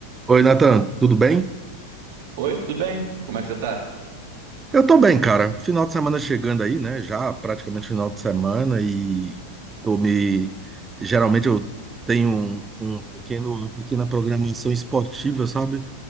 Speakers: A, on the right; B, on the right.
A: Oi, Nathan, tudo bem?
B: Oi, tudo bem? Como é que você tá?
A: Eu tô bem, cara. Final de semana chegando aí, né? Já praticamente final de semana e tô me... Geralmente eu tenho um, um pequeno, uma pequena programação esportiva, sabe?